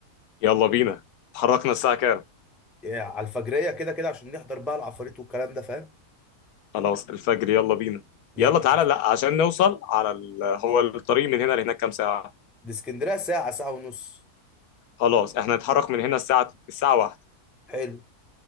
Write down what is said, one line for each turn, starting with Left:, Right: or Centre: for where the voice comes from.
Left: يلا بينا اتحركنا الساعة كام
Centre: إيه على الفجريه كده كده عشان نحضر بقى العفاريت والكلام ده فاهم
Left: خلاص الفجر يلا بينا
Centre: يعني
Left: يلا تعالى لا عشان نوصل على ال... هو الطريق من هنا لهناك كام ساعة
Centre: دي اسكندريه ساعه ساعه ونص
Left: خلاص احنا هنتحرك من هنا الساعة الساعة واحدة
Centre: حلو